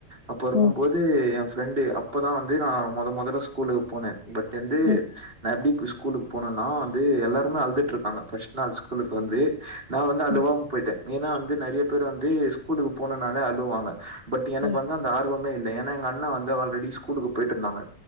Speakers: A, on the right; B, on the left.
A: அப்ப இருக்கும்போது
B: ம்
A: ஏ ஃப்ரெண்டு அப்பதா வந்து நா மொத மொதல்ல ஸ்கூலுக்கு போன பட் வந்து
B: ம்
A: நா எப்டி இப்ப ஸ்கூலுக்கு போனேன்னா வந்து எல்லாருமே அழுதுட்ருக்காங்க ஃபர்ஸ்ட் நாள் ஸ்கூலுக்கு வந்து நா வந்து அழுவாம
B: ம்
A: போயிட்டே ஏன்னா வந்து நெறைய பேர் வந்து ஸ்கூலுக்கு போனும்னாலே அழுவுவாங்க பட் எனக்கு
B: ம்
A: வந்து அந்த ஆர்வமே இல்ல ஏன்னா எங்க அண்ண வந்து ஆல்ரெடி ஸ்கூலுக்கு போயிட்ருந்தாங்க